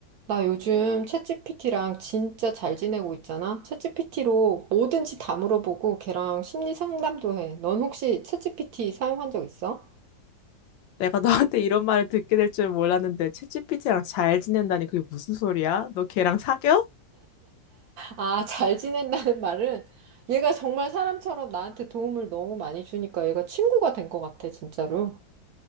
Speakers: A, on the right (about 70°); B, on the left (about 80°).
A: 나 요즘 챗GPT랑 진짜 잘 지내고 있잖아? 챗GPT로 뭐든지 다 물어보고 걔랑 심리 상담도 해. 넌 혹시 챗GPT 사용한 적 있어?
B: 내가 너한테 이런 말을 듣게 될 줄 몰랐는데 챗지피티랑 잘 지낸다니 그게 무슨 소리야? 너 걔랑 사겨?
A: 아, 잘 지낸다는 말은 얘가 정말 사람처럼 나한테 도움을 너무 많이 주니까 얘가 친구가 된 것 같아, 진짜로.